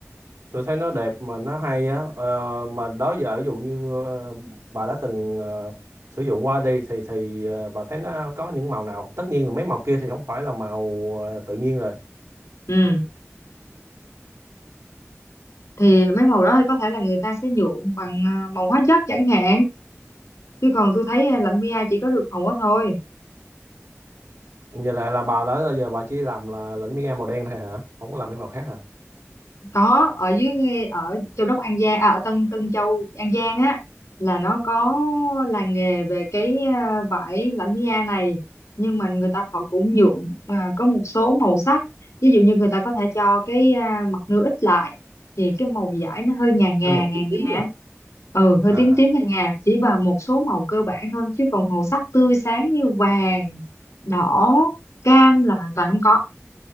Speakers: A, on the right; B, on the left.
A: tôi thấy nó đẹp mà nó hay á Ờ, mà đó giờ ví dụ như ờ, bà đã từng ờ, sử dụng qua đi thì thì ờ, bà thấy nó có những màu nào tất nhiên là mấy màu kia thì không phải là màu ờ, tự nhiên rồi
B: ừ. thì mấy màu đó thì có thể là người ta sẽ nhuộm bằng à, màu hóa chất chẳng hạn chứ còn tôi thấy à, lãnh Mia chỉ có được màu đó thôi
A: như là là bà đó là giờ bà chỉ làm là lĩnh mi màu đen thôi hả không có làm mấy màu khác hả
B: có ở dưới nghe- ở châu đốc An Giang à, ở Tân Tân Châu An Giang á là nó có làng nghề về cái à, vải lãnh mi a này nhưng mà người ta họ cũng nhuộm à, có một số màu sắc ví dụ như người ta có thể cho cái à, mặt nưa ít lại thì cái màu vải nó hơi ngà ngà
A: nó màu
B: ngà
A: tím
B: ngà
A: tím luôn
B: á. ừ hơi
A: à
B: tím tím
A: à.
B: ngà ngà chỉ vào một số màu cơ bản thôi chứ còn màu sắc tươi sáng như vàng đỏ cam là hoàn toàn không có